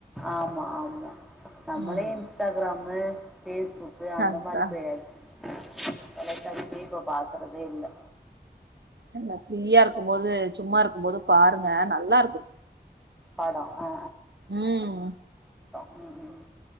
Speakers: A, in the centre; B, on the right (about 85°).
A: ஆமா ஆமா நம்மளே
B: ம்
A: இன்ஸ்டாகிராமு பேஸ்புக்கு அந்த
B: அதா
A: மாரி பேயாச்சு தொலைக்காட்சியே இப்போ பாக்கறதே இல்லை
B: என்ன ஃப்ரீயா இருக்கும்போது சும்மா இருக்கும்போது பாருங்க நல்லா இருக்கு
A: படோ ஆ
B: உம்
A: உம் உம்